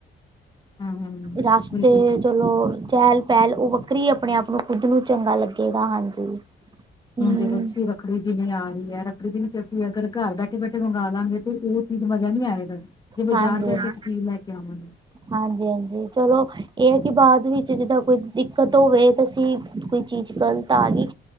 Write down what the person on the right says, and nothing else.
ਰਾਸਤੇ
ਚਲੋ ਚਹਿਲ-ਪਹਿਲ, ਉਹ ਵੱਖਰੀ ਆਪਣੇ-ਆਪ ਨੂੰ ਖੁਦ ਨੂੰ ਚੰਗਾ ਲੱਗੇਗਾ, ਹਾਂਜੀ। ਹਮ
ਹਾਂਜੀ
ਹਾਂਜੀ
ਹਾਂਜੀ-ਹਾਂਜੀ, ਚਲੋ, ਇਹ ਹੈ ਕਿ ਬਾਅਦ ਵਿੱਚ ਜਿੱਦਾਂ ਕੋਈ ਦਿੱਕਤ ਹੋਵੇ ਤਾਂ ਅਸੀਂ ਕੋਈ ਚੀਜ਼ ਗਲਤ ਆ ਗੀ,